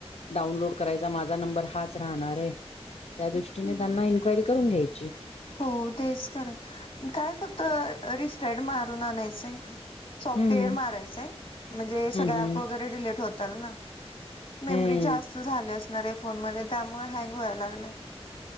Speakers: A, on the left; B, on the left.
A: डाउनलोड करायचा माझा नंबर हाच राहणार आहे त्या दृष्टीने
B: हम्म
A: त्यांना इन्क्वायरी करून घ्यायची
B: हो तेच खरा काय फक्त रिस्टर्ड मारून आणायचं सॉफ्टवेअर
A: हम्म
B: मारायचंय म्हणजे
A: हम्म
B: सगळं
A: हम्म.
B: प वगैरे डिलीट होतल ना मेमरी
A: हम्म,
B: जास्त झाली असणार या फोन मध्ये त्यामुळे हँग व्हायला लागलं